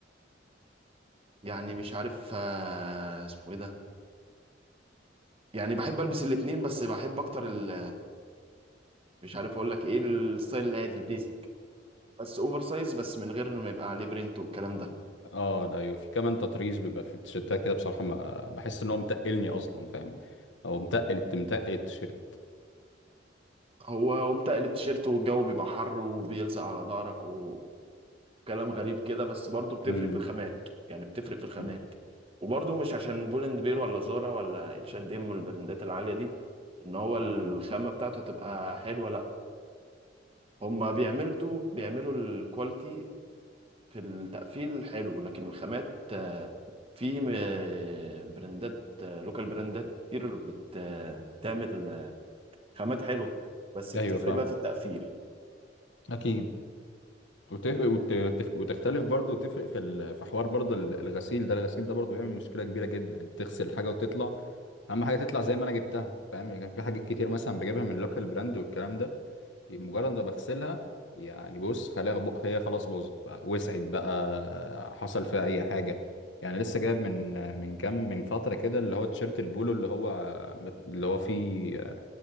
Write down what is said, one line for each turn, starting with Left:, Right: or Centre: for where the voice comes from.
Right: يعني مش عارف آه اسمه ايه ده يعني بحب البس الاتنين بس بحب اكتر ال مش عارف اقول لك ايه الستايل الهادي البيزك بس اوفر سايز بس من غير ما يبقى عليه برينت والكلام ده
Left: اه لا، ايوه في كمان تطريز بيبقى في التيشيرتات كده بصراحه ما بحس ان هو متقلني اصلا فاهم هو متقل الت- متقل التيشيرت
Right: هو ومتقل التيشيرت والجو بيبقى حر وبيلزق على ظهرك وكلام غريب كده بس برضه بتفرق
Left: امم
Right: في الخامات يعني بتفرق في الخامات
Left: أمم،
Right: وبرضه مش عشان بولند بير ولا زارا ولا اتش اند ام والبراندات العاليه دي ان هو الخامه
Left: أمم.
Right: بتاعته تبقى حلوه لا هما بيعملوا بيعملوا الكواليتي في التقفيل حلو لكن الخامات آه، في م- براندات آه، لوكال براندات كتير بت آه، بتعمل آه، خامات حلوة بس بتفرق
Left: ايوه فاهم
Right: بقى في التقفيل
Left: اكيد وتفق وت... وتف- وتختلف برضه وتفرق في ال... في حوار برضه ال- الغسيل ده الغسيل ده برضه بيعمل مشكله كبيره جدا انت تغسل حاجه وتطلع اهم حاجه تطلع زي ما انا جبتها فاهم يعني كان في حاجات كتير مثلا بجيبها من لوكال براند والكلام ده مجرد ما بغسلها يعني بص خلاها بق- هي خلاص باظت بقى وسعت بقى حصل فيها اي حاجه يعني لسه جايب من من كام من فتره كده اللي هو تيشيرت البولو اللي هو مت- اللي هو فيه اللي